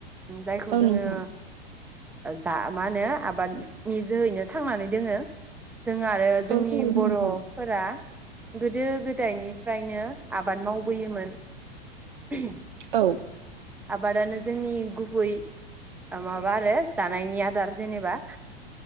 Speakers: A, in the centre; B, on the right (about 55°).
A: जायखौ
B: औ
A: जोङो
B: नोंथां
A: जा मा होनो आबादनि जोहैनो थांनानै दोङो जों आरो जोंनि
B: औ थारैनो नोंथां
A: फोर गोदो गोदायनिफ्रायनो आबाद मावबोयोमोन <inaudible>
B: औ
A: आबादानो जोंनि गुबै माबा आरो जानायनि आदार जेनेबा